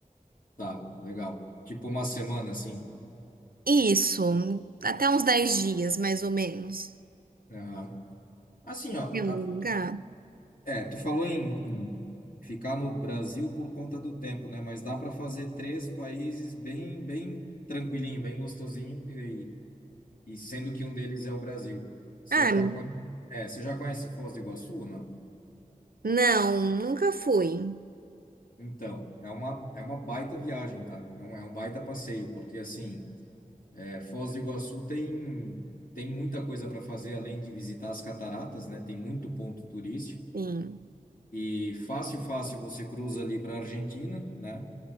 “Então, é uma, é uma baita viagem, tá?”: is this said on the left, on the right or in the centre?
Left